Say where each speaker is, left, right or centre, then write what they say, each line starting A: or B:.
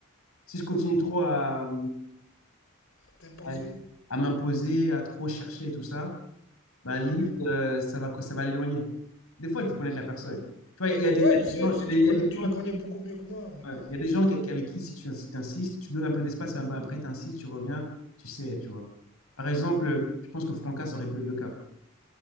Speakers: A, on the left; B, on the left.
A: si je continue trop à,
B: t'imposer.
A: à, à m'imposer, à trop chercher tout ça, bah limite,
B: Ouais.
A: euh, ça va, ça va l'éloigner. Des fois, il faut connaître la personne. Tu vois, il y a des,
B: Ouais,
A: il y a
B: je sais,
A: des gens,
B: c'est-
A: il
B: tu connais,
A: y a des
B: tu
A: gens,
B: la
A: qui-
B: connais beaucoup mieux que moi, mais
A: ouais,
B: bon.
A: il y a des gens qui- avec qui, si tu si insistes, tu donnes un peu d'espace, un peu après, tu insistes, tu reviens, tu sais, tu vois. Par exemple, je pense que Franca, ça aurait pu être le cas.